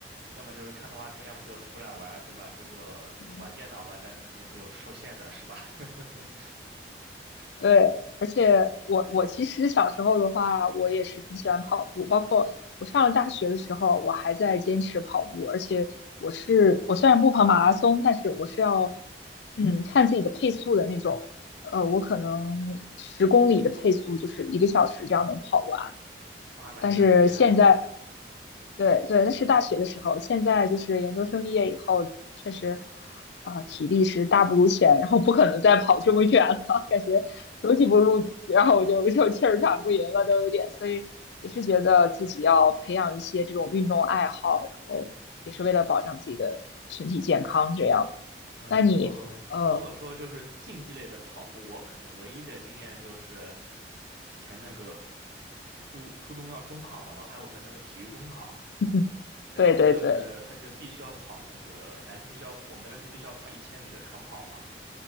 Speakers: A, on the right; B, on the left.
A: 要么就是看动画片，要么就出来玩儿是吧？这个玩电脑嘛，
B: 嗯
A: 但是肯定是有受限的，是吧？<laughs>
B: 对，而且我我其实小时候的话，我也是挺喜欢跑步，包括我上了大学的时候，我还在坚持跑步，而且我是我虽然不跑马拉松，但是我是要嗯看自己的配速的那种，呃，我可能十公里的配速就是一个小时这样能跑完，
A: 哇，那你很厉害哦。
B: 但是现在对对，那是大学的时候，现在就是研究生毕业以后，确实，啊、体力是大不如前，然后不可能再跑这么远了，感觉走几步路，然后我就就气儿喘不匀了，都有点，所以也是觉得自己要培养一些这种运动爱好，然后也是为了保障自己的身体健康，这样。
A: 嗯，
B: 那你，
A: 如果如果说就是竞技类的跑步，
B: 呃，
A: 我可能唯一的经验就是以前那个初初中要中考嘛，然后他会有那个体育中考，
B: <laughs>
A: 对，
B: 对对对，
A: 然后他就是他就是必须要跑那个男生必须要我们那边是必须要跑一千米的长跑嘛，